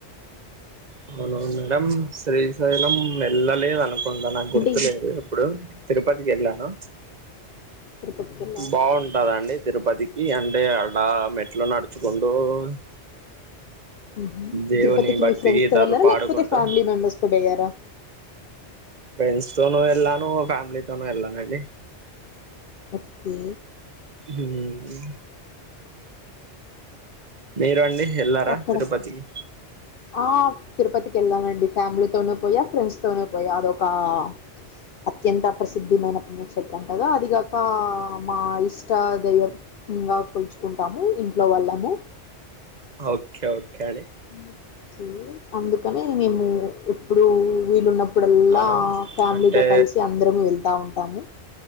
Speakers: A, on the right (about 40°); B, on the left (about 60°).
A: అవునవును మేడం శ్రీశైలం వెళ్లలేదు అనుకో కొంత నాకు గుర్తులేదు
B: అంటే
A: ఇప్పుడు తిరుపతి వెళ్లాను
B: తిరుపతికెళ్ళారు
A: బాగుంటాదా అండి తిరుపతి టీ ఎంత ఏడ ఆ మెట్లు నడుచుకుంటూ లా
B: హమ్
A: దేవుని
B: తిరుపతికి
A: భక్తి
B: మీ ఫ్రెండ్స్
A: గీతాలు
B: తో వెళ్లారా
A: పాడుకుంటూ
B: లేకపోతే ఫ్యామిలీ మెంబర్స్ తో పోయారా
A: ఫ్రెండ్స్ తోనూ వెళ్లాను ఫ్యామిలీతోనూ వెళ్లానండి
B: ఓకే
A: హమ్ హమ్ మీరు అండి ఎల్లారా
B: అక్కడ
A: తిరుపతికి
B: ఆ తిరుపతికి వెళ్లానండి ఫ్యామిలీతోనూ పోయా ఫ్రెండ్స్ తోనూ పోయా అదొక ఆ అత్యంత ప్రసిద్ధిమైన పుణ్యక్షేత్రం కదా అదిగాక ఆ మా ఇష్ట దైవంగా తెలుసుకున్నాము ఇంట్లో వాళ్ళము
A: ఓకే ఓ కానీ
B: ఓకే అందుకనే మేము ఎప్పుడూ వీలున్నప్పుడు ఇప్పుడల్లా
A: అవునా
B: ఫ్యామిలీతో
A: అంటే
B: కలిసి అందరూ వెళ్తా ఉంటా ఏవండీ